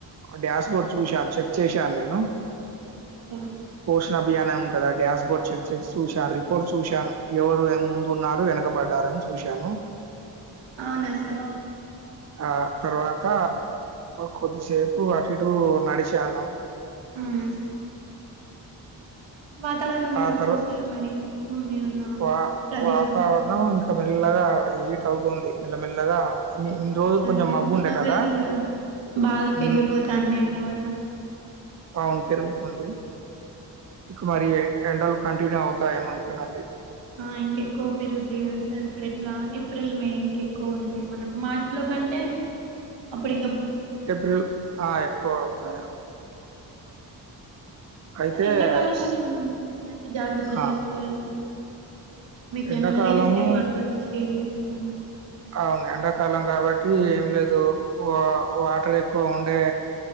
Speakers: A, on the right (about 35°); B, on the right (about 75°).
A: డ్యాస్ బోర్డ్ చూశాను చెక్ చేశాను నేను
B: అవునా సార్
A: పోషణ అభియాన్ ఉంటందా డడాష్ బోర్డ్ చెక్ చెక్ చూశాను రిపోర్ట్ చూశాను ఎవరు ముందు ఉన్నారు వెనకబడ్డారని చూశాను
B: అవునా సార్
A: ఆ తర్వాత కొద్దిసేపు అటు ఇటు నడిచాను
B: మ్మ్ వాతావరణం ఎలా
A: ఆ తర్వా
B: ఉంది సార్ మరి మీరున్న
A: వా
B: ప్రదేశంలో
A: వాతావరణం ఇంకా మెల్లగా హీట్ అవుతుంది మెల్లమెల్లగా అ ఇన్ని
B: అవును
A: రోజులు
B: సార్
A: కొంచెం మబ్బు
B: ఉష్ణోగ్రత
A: ఉండే కదా
B: కూడా బాగా
A: హ్మ్
B: పెరిగిపోతానై ఎండ వల్ల
A: అవున్ పెరుగుతుంది ఇక మరి ఎండలు కంటిన్యూ అవుతాయేమ ఇక నుండి
B: ఆ ఇంకెక్కువ పెరుగుతాయి కదా సార్ ఇప్పుడు ఎట్లా ఏప్రిల్ మే ఇంకెక్కువ ఉంటాయి మనకు మార్చి లో కంటే అప్పుడి
A: ఏప్రిల్ ఆ ఎక్కువ అవుతా అయితే
B: ఎండాకాలం
A: స్
B: మనం ఎలాంటి జాగ్రత్తలు
A: ఆ
B: తీసుకోవాలి సార్ మీకేమైనా
A: ఎండాకాలము
B: తెలిస్తే మాతో షేర్ చేసుకోని
A: అవును ఎండాకాలం కాబట్టి ఏం లేదు వా వాటర్ ఎక్కువ ఉండే